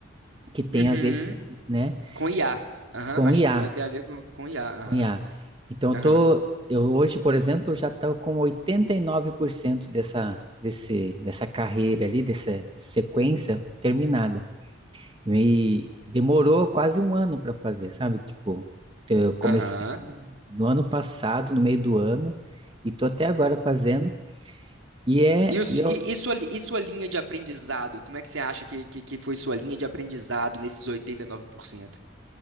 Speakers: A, on the right; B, on the right.
A: que tem
B: Uhum.
A: a ver, né,
B: Com IA. Aham,
A: com
B: Machine
A: IA,
B: Learning tem a ver com, com IA.
A: com
B: Aham,
A: IA. Então eu
B: aham,
A: tô, eu hoje, por exemplo, eu já estou com 89% dessa desse, dessa carreira ali, dessa sequência terminada. E demorou quase um ano para fazer, sabe? Tipo, eu comecei
B: aham.
A: no ano passado, no meio do ano, e tô até agora fazendo. E é,
B: E, o su-
A: e eu,
B: e, e sua, li- e sua linha de aprendizado? Como é que você acha que, que, que foi sua linha de aprendizado nesses 89%?